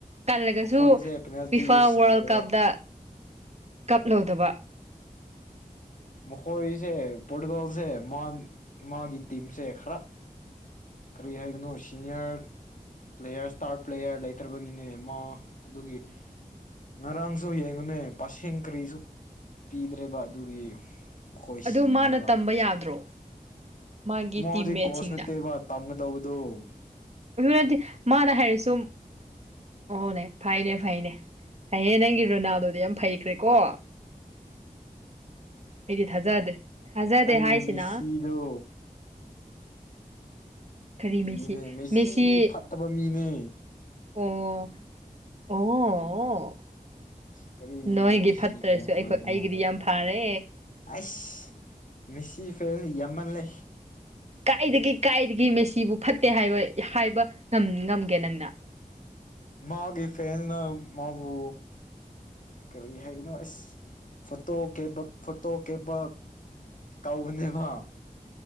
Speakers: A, on the right (about 45°); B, on the left (about 60°).
A: ꯀꯜꯂꯒꯁꯨ
B: ꯃꯈꯣꯏꯁꯦ ꯄꯦꯅꯥꯜꯇꯤꯗ
A: ꯐꯤꯐꯥ
B: ꯁꯤꯈ꯭ꯔꯦꯕ
A: ꯋꯥꯔꯜ ꯀꯞꯇ ꯀꯞꯂꯧꯗꯕ
B: ꯃꯈꯣꯏꯁꯦ ꯄꯣꯔꯇꯨꯒꯥꯜꯁꯦ ꯃꯥꯒꯤ ꯇꯤꯝꯁꯦ ꯈꯔ ꯀꯔꯤ ꯍꯥꯏꯒꯅꯣ ꯁꯤꯅꯤꯌꯥꯔ ꯄ꯭ꯂꯦꯌꯔ ꯏꯁꯇꯥꯔ ꯄ꯭ꯂꯦꯌꯔ ꯂꯩꯇ꯭ꯔꯕꯒꯤꯅꯦ ꯃꯥ ꯑꯗꯨꯒꯤ ꯉꯔꯥꯡꯁꯨ ꯌꯦꯡꯉꯨꯅꯦ ꯄꯁꯦꯡ ꯀꯔꯤꯁꯨ ꯄꯤꯗ꯭ꯔꯦꯕ ꯑꯗꯨꯒꯤ ꯃꯈꯣꯏ
A: ꯑꯗꯣ
B: ꯁꯤꯕꯅꯦꯕ
A: ꯃꯥꯅ ꯇꯝꯕ ꯌꯥꯗ꯭ꯔꯣ ꯃꯥꯒꯤ
B: ꯃꯣꯗꯤ
A: ꯇꯤꯝꯃꯦꯠꯁꯤꯡꯗ
B: ꯀꯣꯁ ꯅꯠꯇꯦꯕ ꯄꯝꯒꯗꯧꯕꯗꯨꯣ
A: ꯑꯗꯨꯅꯗꯤ ꯃꯥꯅ ꯍꯥꯏꯔꯤꯁꯨ ꯑꯣꯅꯦ ꯐꯩꯅꯦ ꯐꯩꯅꯦ ꯐꯩꯌꯦ ꯅꯪꯒꯤ ꯔꯣꯅꯥꯜꯗꯣꯗꯤ ꯌꯥꯝ ꯐꯩꯈ꯭ꯔꯦꯀꯣ ꯑꯩꯗꯤ ꯊꯥꯖꯗꯦ ꯊꯥꯖꯗꯦ
B: ꯅꯪꯒꯤ
A: ꯍꯥꯏꯁꯤꯅ
B: ꯃꯦꯁꯤꯗꯣ
A: ꯀꯔꯤ ꯃꯦꯁꯤ
B: ꯏꯅꯦ ꯃꯦꯁꯤꯗꯤ
A: ꯃꯦꯁꯤ
B: ꯐꯠꯇꯕ ꯃꯤꯅꯦ
A: ꯑꯣ ꯑꯣ
B: ꯀꯔꯤꯒꯤ
A: ꯅꯣꯏꯒꯤ
B: ꯅꯪ ꯃꯦꯁꯤ
A: ꯐꯠꯇ꯭ꯔꯁꯨ
B: ꯐꯦꯟꯁ
A: ꯑꯩꯈꯣꯏ
B: ꯑꯣꯏꯕꯅꯣ
A: ꯑꯩꯒꯤꯗꯤ ꯌꯥꯝ ꯐꯔꯦ
B: ꯑꯩꯁ ꯃꯤꯁꯤ ꯐꯦꯟ ꯌꯥꯝꯃꯜꯂ
A: ꯀꯥꯏꯗꯒꯤ ꯀꯥꯏꯗꯒꯤ ꯃꯦꯁꯤꯕꯨ ꯐꯠꯇꯦ ꯍꯥꯏꯕ ꯍꯥꯏꯕ ꯉꯝꯒꯦ ꯅꯪꯅ
B: ꯃꯥꯒꯤ ꯐꯦꯟꯦꯟꯅ ꯃꯥꯕꯨ ꯀꯔꯤ ꯍꯥꯏꯒꯅꯣ ꯑꯁ ꯐꯣꯇꯣ ꯀꯦꯕ ꯐꯣꯇꯣ ꯀꯦꯕꯛ ꯇꯧꯕꯅꯦꯕ